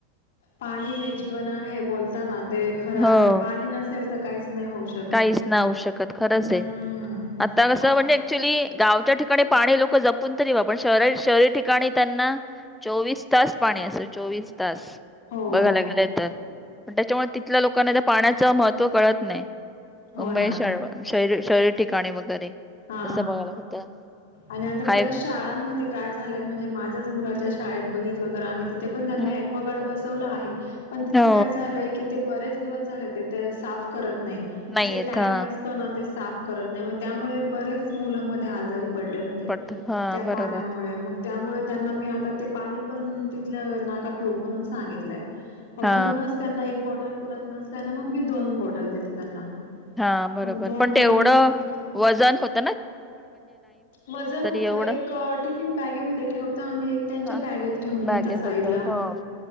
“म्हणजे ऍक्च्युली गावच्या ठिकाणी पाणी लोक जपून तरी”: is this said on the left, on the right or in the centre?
Centre